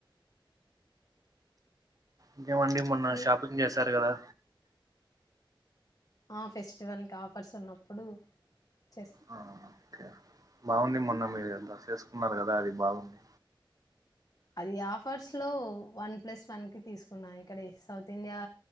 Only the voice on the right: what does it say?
ఇంకేమండి మొన్న
షాపింగ్ చేశారు కదా
ఆ, ఓకే బాగుంది మొన్న మీరు డ్రెస్ ఏసుకున్నారు కదా అది బాగుంది